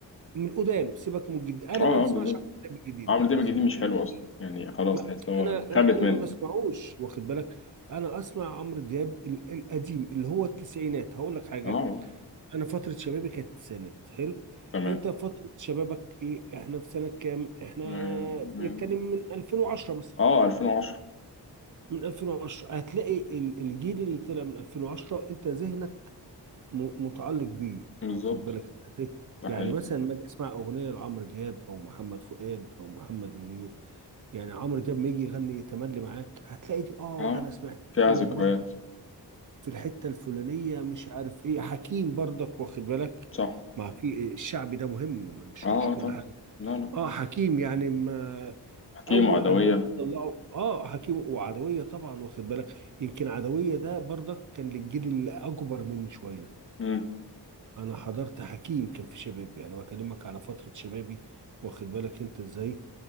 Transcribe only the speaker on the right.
من قدام سيبك من الجديد انا
ما بسمعش
عمرو دياب الجديد
واخد
بالك
ما
انا
انا انا
ما بسمعوش واخد بالك انا اسمع عمرو دياب ال- القديم اللي هو التسعينات هقول لك حاجه
انا فتره شبابي كانت التسعينات حلو
انت فتره شبابك ايه احنا في سنه كام احنا
بنتكلم من 2010 مثلا
من 2010 هتلاقي ال- الجيل اللي طلع من 2010 انت ذهنك م- متعلق بيه
واخد بالك انت ازاي
يعني
مثلا ما اجي اسمع اغنيه لعمرو دياب او محمد فؤاد او محمد منير يعني عمرو دياب ما يجي يغني تملي معاك هتلاقي دي اه
ده انا سمعت
اول
مره في الحته الفلانيه مش عارف ايه حكيم برضك واخد بالك
ما في الشعبي ده مهم ما- مش
مش كل
حاجه
اه حكيم يعني ما
اول
البوم طلعه اه حكيم وعدويه طبعا واخد بالك يمكن عدويه ده برضك كان للجيل الاكبر مني شويه
انا حضرت حكيم كان في شبابي انا بكلمك على فترة شبابي واخد بالك انت ازاي